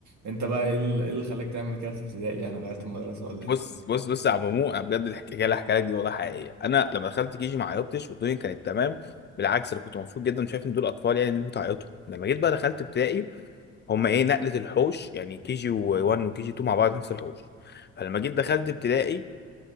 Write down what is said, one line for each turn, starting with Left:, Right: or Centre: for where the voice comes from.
Right: انت بقى ايه اللي إيه اللي خلاك تعمل كده في ابتدائي يعني غيرت المدرسه ولا
Left: بص
Right: ايه
Left: بص بص يا عم مو أنا بجد الحكايه اللي هحكيها لك دي والله حقيقيه انا لما دخلت كيجي ما عيطتش والدنيا كانت تمام بالعكس انا كنت مبسوط جدا وشايف ان دول اطفال يعني اللي بتعيطوا لما جيت بقى دخلت ابتدائي هم ايه نقله الحوش يعني كيجي 1 وكيجي 2 مع بعض نفس الحوش فلما جيت دخلت ابتدائي